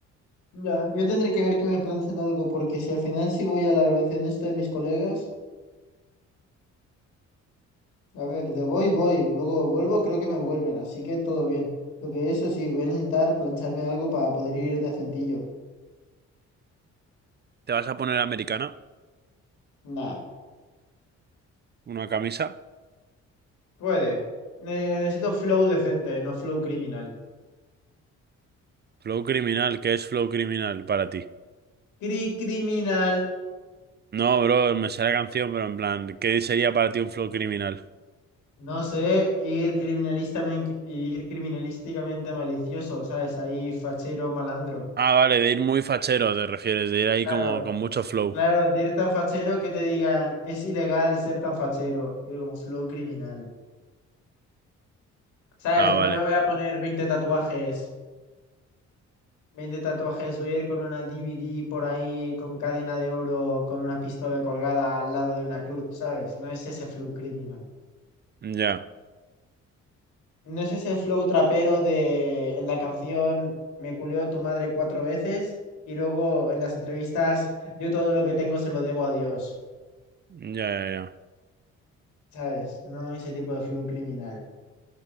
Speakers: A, on the left (about 85°); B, on the right (about 35°).
A: Ya, yo tendré que ver que me planchen algo, porque si al final sí voy a la graduación de esto de mis colegas, a ver, de voy, voy, luego vuelvo, creo que me vuelven, así que todo bien. Lo que eso sí, voy a necesitar plancharme algo para poder ir decentillo.
B: ¿Te vas a poner americana?
A: Nah,
B: ¿Una camisa?
A: puede. Ne- Necesito flow decente, no flow criminal.
B: Flow criminal, ¿qué es flow criminal para ti?
A: Cri criminal.
B: No, bro, me sé la canción, pero en plan, ¿qué sería para ti un flow criminal?
A: No sé, ir criminalistamente, ir criminalísticamente malicioso, ¿sabes? Ahí fachero, malandro.
B: Ah, vale, de ir muy fachero, te refieres, de ir ahí
A: Claro,
B: como con mucho flow.
A: claro, de ir tan fachero que te digan, es ilegal ser tan fachero. Yo digo, flow criminal. ¿Sabes?
B: Ah,
A: No
B: vale.
A: me voy a poner 20 tatuajes. veinte tatuajes, voy a ir con una DVD por ahí, con cadena de oro, con una pistola colgada al lado de una cruz, ¿sabes? No es ese flow criminal.
B: Ya,
A: ¿No es ese flow trapero de en la canción Me culió tu madre cuatro veces y luego en las entrevistas yo todo lo que tengo se lo debo a Dios?
B: ya, ya, ya.
A: ¿Sabes? No ese tipo de flow criminal.